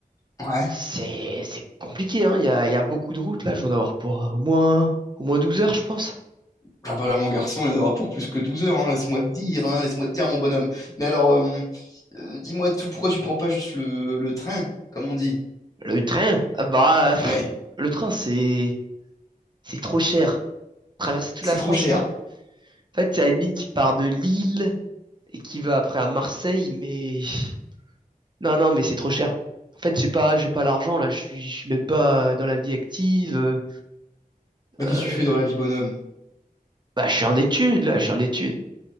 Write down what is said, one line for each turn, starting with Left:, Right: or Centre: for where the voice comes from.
Left: Ouais.
Right: C'est, c'est compliqué, hein. Il y a, il y a beaucoup de routes, là. Je vais en avoir pour euh, au moins, au moins douze heures, je pense.
Left: Ah bah là, mon garçon, il y en aura pour plus que 12 heures, hein, laisse-moi te dire, hein, laisse-moi te dire, mon bonhomme. Mais alors, euh, euh, dis-moi tout, pourquoi tu prends pas juste le, le train, comme on dit?
Right: Le train, ah bah, pff,
Left: Ouais,
Right: le train, c'est, c'est trop cher. traverser toute
Left: c'est
Right: la France
Left: trop cher.
Right: là. En fait, il y a une ligne qui part de Lille et qui va après à Marseille, mais <laughs> non, non, mais c'est trop cher. En fait, j'ai pas, j'ai pas l'argent là. Je suis, je suis même pas dans la vie active. euh,
Left: Bah,
Right: euh,
Left: qu'est-ce que tu fais dans la vie, bonhomme?
Right: bah, je suis en études là, je suis en études.